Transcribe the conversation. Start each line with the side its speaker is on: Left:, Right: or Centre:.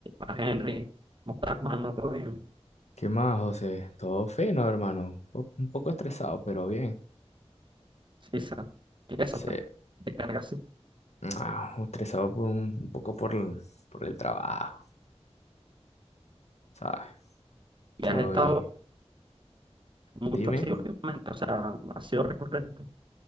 Right: más Henry, Montagman, no creo bien,
Left: ¿Qué más, José? Todo fino, hermano. Un po- un poco estresado, pero bien.
Right: Sisa, y eso
Left: Sí,
Right: pues, te carga así.
Left: ah, estresado por un, un poco por el, por el trabajo, ¿sabes?
Right: Y
Left: Estoy,
Right: has estado mucho
Left: dime.
Right: así últimamente, o sea, ha sido recurrente.